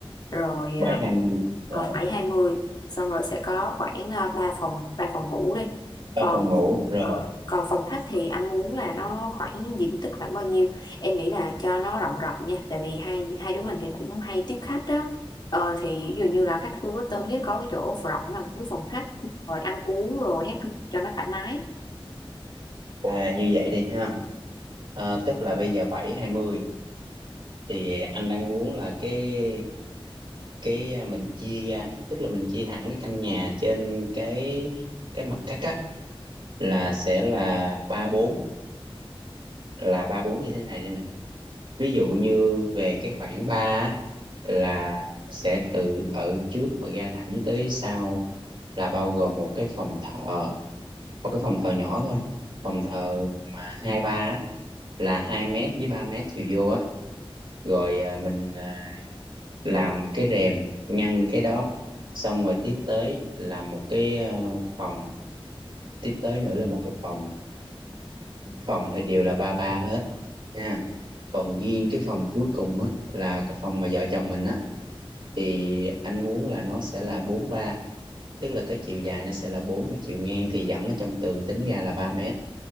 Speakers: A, on the left; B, on the right.
A: rồi
B: bảy hai mươi rồi
A: uh, 7 hai mươi xong rồi sẽ có khoảng uh, 3 phòng 3 phòng ngủ đi còn
B: ba phòng ngủ rồi
A: ờ, còn phòng khách thì anh muốn là nó khoảng diện tích khoảng bao nhiêu em nghĩ là cho nó rộng rộng nha tại vì hai hai đứa mình thì cũng hay tiếp khách á Ờ thì ví dụ như là khách khu Quốc Tân thì có cái chỗ rộng là cái phòng khách rồi ăn uống rồi hết cho nó thoải mái
B: à, như vậy đi ha. À, tức là bây giờ bảy hai mươi thì anh đang muốn là cái cái à, mình chia ra, tức là mình chia hẳn cái căn nhà trên cái cái mặt cắt á là sẽ là ba bốn là ba bốn như thế này đây nè. Ví dụ như về cái khoảng 3 á, là sẽ từ ở trước mà ra thẳng tới sau là bao gồm một cái phòng thờ, một cái phòng thờ nhỏ thôi. Phòng thờ mà 23 á, là 2 mét với 3 mét chiều vô á, rồi à, mình à, làm cái rèm ngăn cái đó. Xong rồi tiếp tới là một cái ờ, phòng, tiếp tới nữa là một cái phòng phòng thì đều là ba ba hết nha còn riêng cái phòng cuối cùng á là cái phòng mà vợ chồng mình á thì anh muốn là nó sẽ là bốn ba tức là cái chiều dài nó sẽ là bốn và chiều ngang thì dẫn ở trong tường tính ra là ba mét